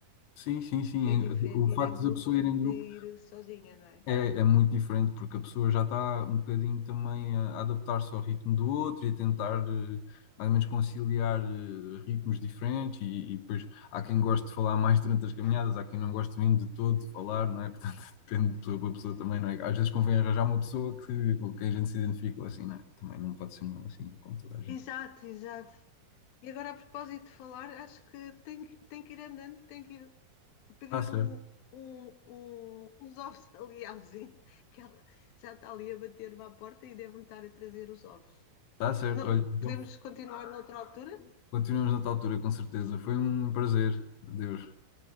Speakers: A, on the left (about 90°); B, on the left (about 70°).
A: Sim, sim, sim.
B: é diferente
A: O
B: ir
A: facto
B: em grupo
A: da pessoa
B: do
A: ir em
B: que
A: grupo
B: ir sozinha, não é?
A: é, é muito diferente, porque a pessoa já está um bocadinho também a adaptar-se ao ritmo do outro e a tentar eh, mais ou menos conciliar eh, ritmos diferentes. E, e depois há quem goste de falar mais durante as caminhadas, há quem não goste mesmo de todo de falar, não é? <laughs> Portanto, depende de pessoa para pessoa também, não é? Às vezes convém arranjar uma pessoa que, com quem a gente se identifica, assim, não é? Também não pode ser uma assim, como toda a gente.
B: Exato, exato. E agora, a propósito de falar, acho que tem, que- tem que ir andando, tem que ir pedir
A: Está certo,
B: um, um, um- uns ovos <laughs> ali à vizinha, que ela já está ali a bater-me à porta e deve-me estar a trazer os ovos.
A: está certo.
B: Não,
A: Olha, então
B: podemos continuar noutra altura?
A: Continuamos noutra altura, com certeza. Foi um prazer. Adeus.